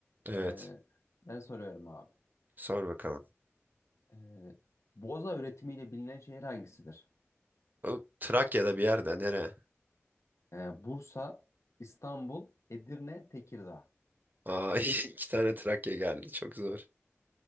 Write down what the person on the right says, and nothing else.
Evet,
sor bakalım.
O Trakya'da bir yerde nere?
Aa, <laughs> iki tane Trakya geldi, çok zor.